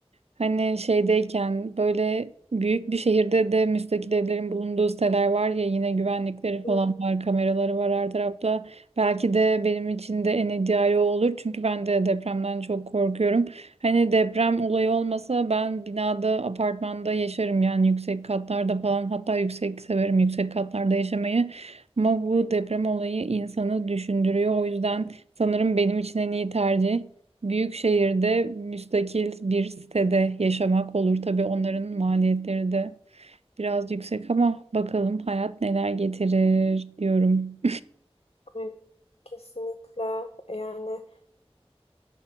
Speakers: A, on the right; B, on the left.
A: hani şeydeyken böyle büyük bir şehirde de müstakil evlerin bulunduğu siteler var ya yine güvenlikleri falan
B: Hı,
A: var, kameraları var her tarafta. Belki de benim için de en ideali o olur. Çünkü ben de depremden çok korkuyorum. Hani deprem olayı olmasa ben binada, apartmanda yaşarım yani yüksek katlarda falan. Hatta yüksek severim yüksek katlarda yaşamayı. Ama bu deprem olayı insanı düşündürüyor. O yüzden Sanırım benim için en iyi tercih büyük şehirde müstakil bir sitede yaşamak olur. Tabii onların maliyetleri de biraz yüksek ama bakalım hayat neler getirir diyorum.
B: aynen. Kesinlikle yani